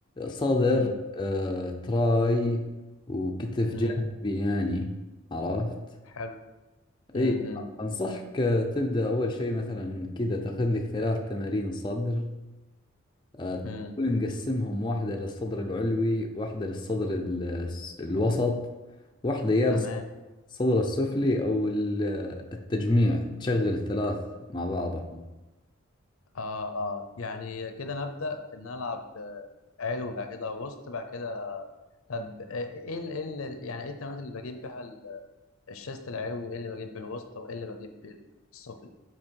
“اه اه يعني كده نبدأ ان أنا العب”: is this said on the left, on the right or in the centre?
Left